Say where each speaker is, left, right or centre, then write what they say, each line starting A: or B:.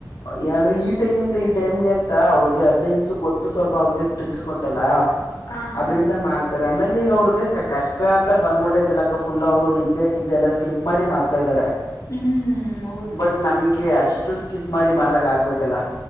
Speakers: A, on the left; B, on the left.
A: ಏನಂದ್ರೆ ಈ ಟೈಮ್ಂದ ಇ ಟೈಮ್ಗೆ ಎಂತ ಅವ್ರಿಗೆ ಅರ್ನಿಂಗ್ಸ್ ಗೊತ್ತು ಸ್ವಲ್ಪ ಅವ್ರ ಟ್ರಿಕ್ಸ್ ಗೊತ್ತಲ್ಲಾ
B: ಆ ಹಾ
A: ಅದ್ರಿಂದ ಮಾಡ್ದ ಎಮ ಎಲ್ ಈಗ ಅವ್ರಿಗೆ ಕಷ್ಟ ಅಂತ ಬಂದ್ಬಿಟ್ಟೈತಿಲ್ಲ ಫುಲ್ ಅವರು ನಿದ್ದೆಗಿದ್ದೆ ಎಲ್ಲ ಸ್ಕಿಪ್ ಮಾಡಿ ಮಾಡ್ತಾ ಇದ್ದಾರೆ
B: ಹ್ಮ್ ಹೌದು
A: ಬಟ್ ನಮ್ಗೆ ಅಷ್ಟ ಅಷ್ಟು ಸ್ಕಿಪ್ ಮಾಡಿ ಮಾಡಕ್ ಆಗ್ಬೇಕಲ್ಲ